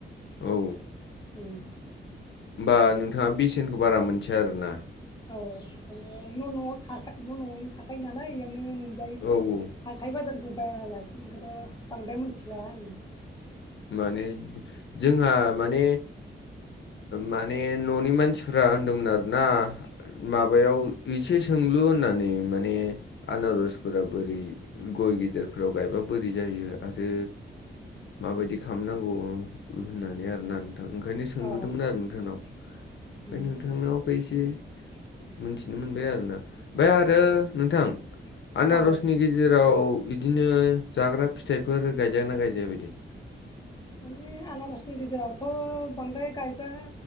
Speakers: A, on the left; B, on the left.
A: औ
B: उम
A: होमबा नोंथाङा बेसेनखौ बारा मोनथिया आरोना?
B: औ माने न' न'आव थाखा न' न'आवनो थाखायो नालाय बेयावनो मोनजायैखाय
A: औ औ
B: हाथाय बाजारखौ बायालासिनो ओमखानथ' बांद्राय मिथिला आङो।
A: माने जोंहा माने माने न'नि मानसिफ्रा होनदोंमोन आरोना? माबायाव एसे सोंलु होननानै माने आनारसफोरा बोरै गय गेदेरफोराव गायबा बोरै जायो आरो माबायदि
B: उम
A: खालामनांगौ। होननानै आरोना नोंथां ओंखायनो सोंलुदोंमोन
B: अ
A: आरो नोंथांनाव ओमफ्राय
B: उम
A: नोंथांनावबो एसे मोनथिनो मोनबाय आरोना? ओमफ्राय आरो नोंथां आनारसनि
B: औ
A: गेजेराव इदिनो जाग्रा फिथाइफोर गायजाया ना गायजायो बायदि
B: माने आनारसनि गेजेरावथ' बांद्राय गायजा